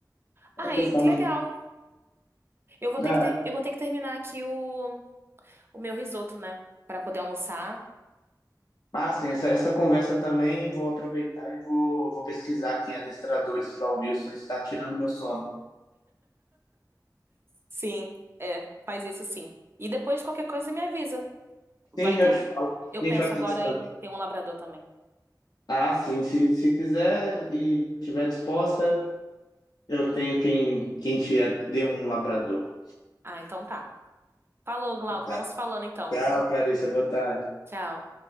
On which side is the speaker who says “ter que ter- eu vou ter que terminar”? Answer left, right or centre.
Right